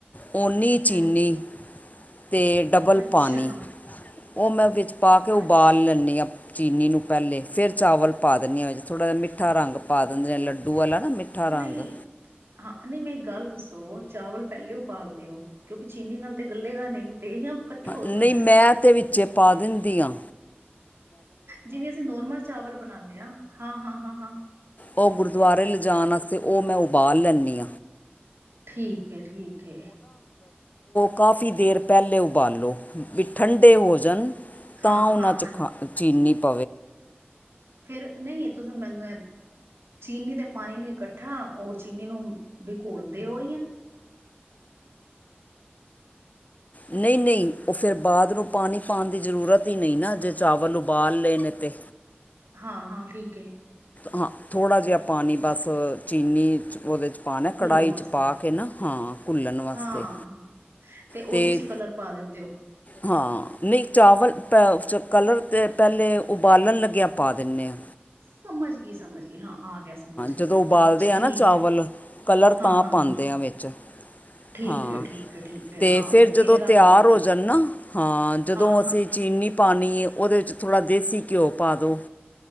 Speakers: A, on the left; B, on the right.
A: ਓਨੀ
B: ਹੂੰ
A: ਚੀਨੀ। ਤੇ ਡਬਲ
B: ਅੱਛਾ
A: ਪਾਨੀ। ਉਹ ਮੈਂ ਵਿੱਚ ਪਾ ਕੇ ਉਬਾਲ
B: ਅੱਛਾ
A: ਲੈਣੀ ਆ ਚੀਨੀ ਨੂੰ ਪਹਿਲੇ, ਫਿਰ ਚਾਵਲ ਪਾ ਦਿਨੀ ਆ ਥੋੜਾ ਜਿਹਾ। ਮਿੱਠਾ ਰੰਗ ਲੱਡੂ ਵਾਲਾ ਨਾ ਮਿੱਠਾ ਰੰਗ
B: ਨਹੀਂ, ਨਹੀਂ, ਮੈਂ ਗੱਲ ਸੋ ਚਾਵਲ ਪਹਿਲੂ, ਪਾਲ ਦਿਓ ਚੀਨੀ ਨਾਲ ਤੇ ਗੱਲੇ ਗਾ ਨਹੀਂ ਇਕੱਠਾ ਹੋ
A: ਨਹੀਂ
B: ਜਾਂਦਾ
A: ਮੈਂ ਤਾਂ ਵਿੱਚੇ ਪਾ ਦਿੰਦੀ ਆਂ
B: ਜਿਵੇਂ ਅਸੀਂ ਨੋਰਮਲ ਚਾਵਲ ਬਣਾਉਦੇ ਆਂ? ਹਾਂ ਹਾਂ ਹਾਂ?
A: ਉਹ ਗੁਰਦੁਆਰੇ ਲਿਜਾਣ ਵਾਸਤੇ, ਉਹ ਮੈਂ ਉਬਾਲ ਲੈਨੀ
B: ਠੀਕ ਹੈ ਠੀਕ ਏ
A: ਕਾਫੀ ਦੇਰ ਪਹਿਲੇ ਉਬਾਲੋ ਠੰਡੇ ਹੋ ਜਾਣ ਤਾਂ
B: ਹਾਂ-ਹਾਂ
A: ਉਹਨਾਂ ਚਨੀ <unintelligible>
B: ਫਿਰ ਨਹੀਂ, ਤੁਸਾਂ ਮੈਨੂੰ ਚੀਨੀ ਦੇ ਪਾਣੀ ਨੂੰ ਇਕੱਠਾ। ਉਹ ਚੀਨੀ ਨੂੰ ਵੀ ਘੋਲਦੇ ਹੋ
A: ਨਹੀਂ ਨਹੀਂ, ਉਹ ਫਿਰ ਬਾਅਦ ਨੂੰ ਪਾਣੀ ਪਾਣ ਦੀ ਜਰੂਰਤ ਹੀ ਨਹੀਂ ਨਾ। ਜੇ ਚਾਵਲ ਉਬਾਲ ਲਏ ਨੇ ਤੇ
B: ਹਾਂ ਹਾਂ ਠੀਕ ਹੈ
A: ਹਾਂ ਥੋੜਾ ਜਿਹਾ ਪਾਣੀ ਬਸ <unintelligible> ਉਹਦੇ ਚ ਪਾਣੇ, ਕੜਾਈ
B: ਘੁੱਲਣ ਵਾਸਤੇ
A: ਚ ਪਾ ਕੇ ਨਾ? ਹਾਂ, ਭੁੰਨ ਵਾਸਤੇ
B: ਹਾਂ-ਹਾਂ ਉਹਦੇ
A: ਤੇ
B: ਚ ਕਲਰ ਪਾ ਦਿੰਦੇ ਹੋ
A: ਨਹੀਂ ਚਾਵਲ ਕਲਰ ਤੇ ਪਹਿਲੇ, ਉਬਾਲਣ ਲੱਗਿਆਂ ਪਾ ਦਿੰਦੇ ਆ
B: ਸਮਝ ਗਈ, ਸਮਝ ਗਈ, ਹਾਂ ਆ ਗਿਆ ਸਮਝ ਹੁਣ
A: ਜਦੋਂ
B: ਮੈਨੂੰ
A: ਪਾਲਦੇ
B: ਅੱਛਾ
A: ਆ
B: ਠੀਕ
A: ਨਾ, ਚਾਵਲ
B: ਹੈ
A: ਕਲਰ
B: ਹਾਂ
A: ਤਾਂ
B: ਹਾਂ
A: ਪਾਉਂਦੇ
B: ਹਾਂ ਹਾਂ
A: ਆ ਵਿੱਚ?
B: ਠੀਕ
A: ਹਾਂ
B: ਹੈ ਠੀਕ ਹੈ ਠੀਕ ਹੈ
A: ਤੇ
B: ਹਾਂ ਉਹ
A: ਫਿਰ ਜਦੋਂ
B: ਪੀਲੇ ਰੰਗ
A: ਤਿਆਰ
B: ਦੇ ਉਬਲ
A: ਹੋ ਜਾਣ
B: ਗਏ
A: ਨਾ? ਜਦੋਂ
B: ਹਾਂ
A: ਅਸੀਂ
B: ਹਾਂ
A: ਚੀਨੀ ਪਾਣੀ ਉਹਦੇ ਚ ਥੋੜਾ ਦੇਸੀ ਘਿਓ ਪਾ ਦੋ,